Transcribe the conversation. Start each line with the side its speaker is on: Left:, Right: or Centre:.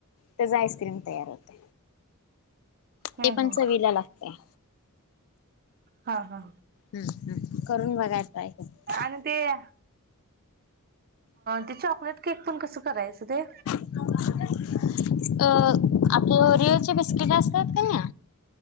Left: त्याच आइस्क्रीम तयार होत.
Right: हम्म
Left: ते पण
Right: हम्म
Left: चवीला लागते.
Right: हा-हा
Left: हम्-हम्म करून बघाय पाहिजे.
Right: आणि ते, अ ते चॉकलेट केक पण कसं करायचं ते
Left: अ आपल ओरियो ची बिस्किट असतात कानी.